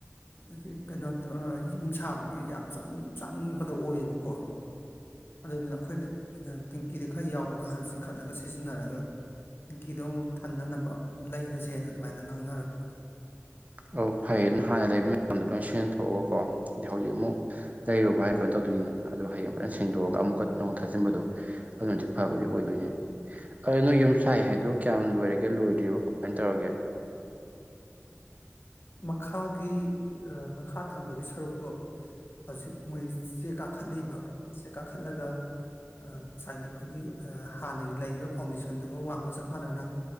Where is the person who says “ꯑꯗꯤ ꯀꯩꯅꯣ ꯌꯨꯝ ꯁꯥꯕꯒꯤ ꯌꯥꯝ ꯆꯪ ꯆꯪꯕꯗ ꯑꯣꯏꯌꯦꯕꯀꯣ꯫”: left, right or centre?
Left